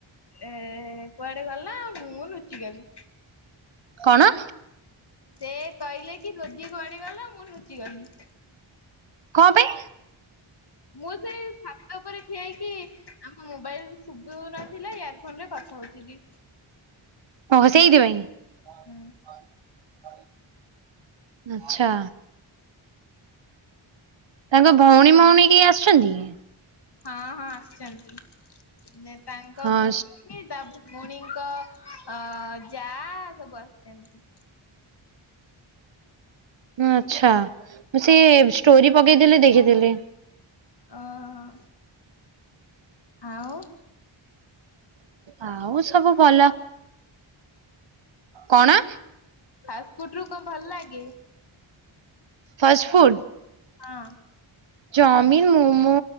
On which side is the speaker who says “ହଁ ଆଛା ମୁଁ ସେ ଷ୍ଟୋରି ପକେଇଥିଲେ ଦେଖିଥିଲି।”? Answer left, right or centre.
Right